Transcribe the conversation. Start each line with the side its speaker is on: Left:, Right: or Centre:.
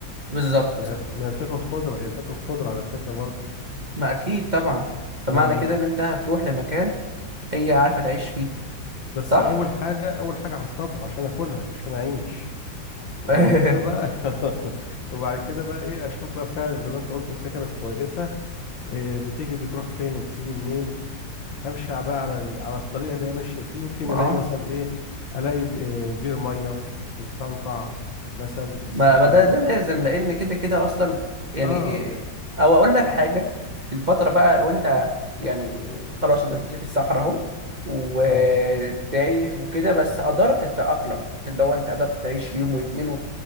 Right: بالظبط
Left: ما هي ما هي بتاكل خضره هي بتاكل خضره على فكره برضك
Right: ما اكيد طبعا فمعنى
Left: اه
Right: كده ان انت هتروح لمكان هي عارفه تعيش فيه
Left: بس
Right: صح
Left: اول حاجه اول حاجه هصطادها عشان اكلها عشان اعيش وبعد
Right: <laughs>
Left: كده بقى <laughs> وبعد كده بقى ايه اشوف بقى فعلا زي ما انت قلت فكره كويسه إيه، بتيجي بتروح فين وبتيجي منين امشي على- بقى على ال- على الطريقه اللي هي ماشيه فيه يمكن
Right: ما
Left: الاقي
Right: آه.
Left: مثلا ايه الاقي ب- إيه، بير ميه مستنقع مثلا في الصحراء
Right: ما ما ده ده لازم لان كده كده اصلا يعني
Left: اه
Right: إيه- او اقول لك حاجه الفتره بقى وانت يعني خلاص انت دلوقتي في الصحراء اهو وتايه
Left: اه
Right: وكده بس قدرت تتاقلم اللي هو انت قدرت تعيش يوم واتنين